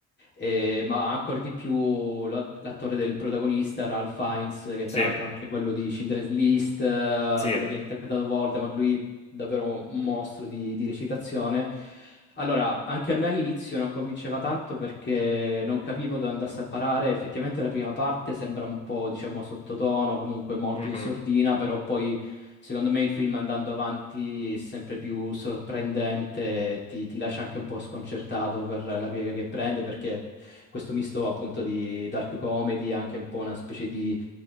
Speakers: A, on the left; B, on the left.
A: E- ma ancora di più lo- l'attore del protagonista, Ralph Fiennes, che
B: Sì.
A: tra l'altro è anche quello di Schindler's List, eh,
B: Sì.
A: quello che ha interpretato Voldemort, lui davvero un mostro di, di recitazione. Allora, anche a me all'inizio non convinceva tanto perché non capivo dove andasse a parare. Effettivamente la prima parte sembra un po', diciamo, sottotono, comunque molto
B: Mhm.
A: in sordina, però poi secondo me il film andando avanti è sempre più sorprendente, ti, ti lascia anche un po' sconcertato per la piega che prende, perché questo misto appunto di dark comedy, anche un po' una specie di